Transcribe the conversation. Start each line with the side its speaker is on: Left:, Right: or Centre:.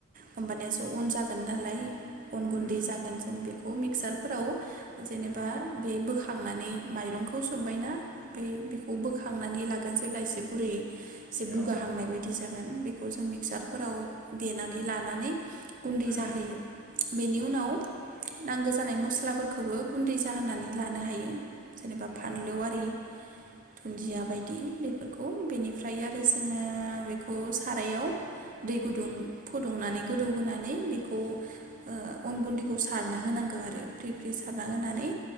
Right: होमबानियासो
Left: उम
Right: अन जागोन नालाय अन गुन्दै
Left: उम
Right: जागोन जों बे बेखौ मिक्सारफोराव, जेनेबा
Left: उम
Right: बे बोखां खांनानै माइरंखौ सोमबाय ना? ओमफाय बेखौ बोखांनानै ला खनसे लासेब गुरै एसे बुगाहांनाय
Left: औ
Right: बायदि जागोन बेखौ मिक्सारफोराव दे नानै लानानै गुन्दै
Left: उम
Right: जाहोयो बेनि उनाव नांगोन जानाय मस गस्लाफोरखौबो गुन्दै जाहोनानै लानो हायो। जेनेबा फानलौ
Left: औ
Right: आरि धुन्दिया
Left: उम
Right: बायदि बेफोरखौ बेनिफ्राय आरो जोङो बेखौ सारायाव, दै गुदुं फुदुंनानै गोदौ होनानै, बेखौ ओ अन गुन्दैखौ सारना होनांगो आरो बियो सारना होनानै
Left: उम